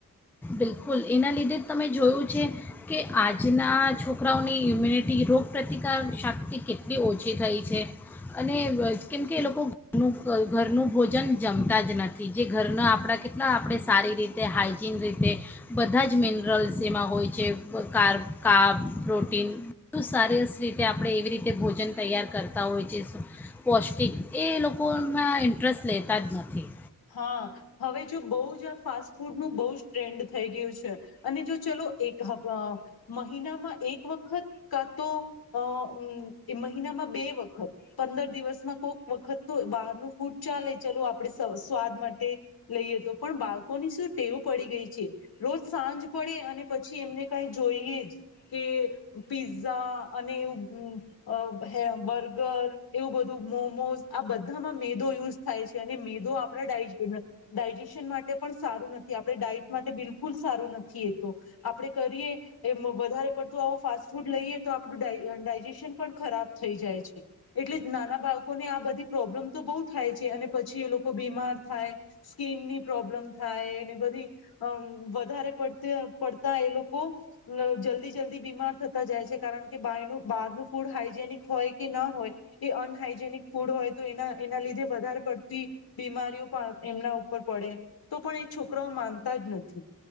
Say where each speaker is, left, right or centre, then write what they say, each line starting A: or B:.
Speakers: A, in the centre; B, on the left.
A: બિલકુલ એના લીધે જ તમે જોયું છે કે આજના છોકરાઓની ઇમ્યુનિટી રોગપ્રતિકાર શક્તિ કેટલી ઓછી થઈ છે અને કેમકે એ લોકોનું ઘરનું ભોજન જમતા જ નથી જે ઘરના આપણા કેટલા આપણે સારી રીતે હાઇજીન રીતે તે બધા જ મિનરલ્સ એમાં હોય છે કાર કાબ પ્રોટીન બુ સારી રીતે આપણે એવી રીતે ભોજન તૈયાર કરતા હોય છે પૌષ્ટિક એ લોકોમાં ઇન્ટરેસ્ટ લેતા જ નથી.
B: હા હવે જો બહુ જ આ ફાસ્ટ ફૂડનું બહ જ ટ્રેન્ડ થઈ ગયું છે અને જો ચલો એક મહિનામાં એક વખત કા તો અ મહિનામાં બે વખત પંદર દિવસમાં કોઈક વખત તો બહારનું ફૂડ ચાલે ચાલું આપડે સરસવ સ્વાદ માટે લઈએ તો પણ બાળકોની શું ટેવ પડી ગઈ છે રોજ સાંજ પડે અને પછી એમને કઈ જોઈએ જ કે પીઝા અને એવું બર્ગર એવું બધું મોમોઝ આ બધામાં મેદો યુઝ થાય છે અને મેદો ડાયજેશન માટે પણ સારું નથી આપણે ડાઈટ માટે બિલકુલ સારું નથી એ તો આપડણે કરીએ વધારે પડતું આવો ફાસ્ટ ફૂડ લઈએ તો આપણું ડાયજેશન પણ ખરાબ થઈ જાય છે એટલે નાના બાળકોને આ બધી પ્રોબ્લેમ તો બહુ થાય છે અને પછી એ લોકો ર થાય સ્કીનની પ્રોબ્લેમ થાય એને બધી અ વધારે પડતી પડતા એ લોકો જલ્દી જલ્દી બીમાર થતા જાય છે કારણ કે બહારનું ફૂડ હાઈજેનિક હોય કે ના હોય એ અનહાઈજેનિક ફૂડ હોય તો એના એના લીધે વધારે પડતી બીમારીઓ પણ એમના ઉપર પડે તો પણ એ છોકરાઓ માનતા જ નથી.